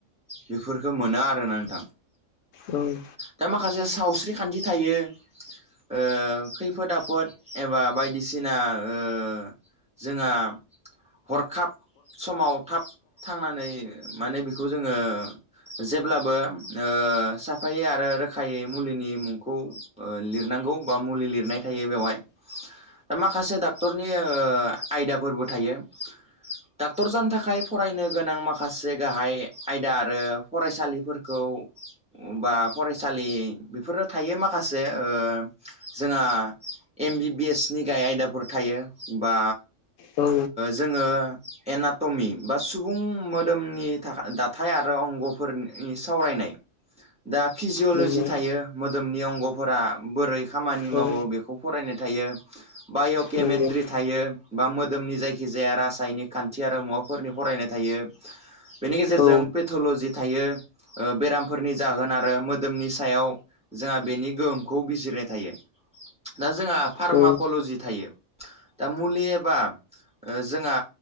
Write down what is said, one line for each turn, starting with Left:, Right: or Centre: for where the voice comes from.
Centre: बेफोरखौ मोनो आरोना नोंथां।
Left: औं।
Centre: दा माखासे सावस्रि खान्थि थायो ओ खैफोद आफोद एबा बायदिसिना ओ जोंहा हरखाब समाव थाब थांनानै माने बेखौ जोङो जेब्लाबो ओ साफायै आरो रोखायै मुलिनि मुंखौ लिरनांगौ बा मुलि लिरनाय थायो बेवहाय
Left: <inaudible>
Centre: दा माखासे डाक्टरनि आयदाफोरबो थायो डाक्टर जानो थाखाय फरायनो गोनां माखासे गाहाय आयदा आरो फरायसालिफोरखौ बा फरायसालि बेफोरो थायो माखासे ओ जोंहा एम बि बि एस नि गाह आयदाफोर थायो बा
Left: औ
Centre: जोङो एनाटमि बा सुबुं मोदोमनि थाखा‌ डा थाय आरो अंग'फोरनि सावरायनाय दा फिजिअलजि
Left: नंगौ
Centre: थायो मोदोमनि अंगफोरा बोरै खामानि
Left: औ
Centre: मावो बेखौ फरायनाय थायो बाय'केमेट्रि
Left: नंगौ
Centre: थायो बा मोदोमनि जायखिजाया रासायनिक खान्थि आरो मुवाफ फोरनि फरायनाय थायो बेनि गेजेरजों
Left: औ
Centre: पेथलजि थायो बेरामफोरनि जाहोन आरो मोदोमनि सायाव जोंहा बेनि गोहोमखौ बिजिरनाय थायो दा जोंहा फार्मकल'जि
Left: औ
Centre: थायो दा मुलि एबा ओ जोंहा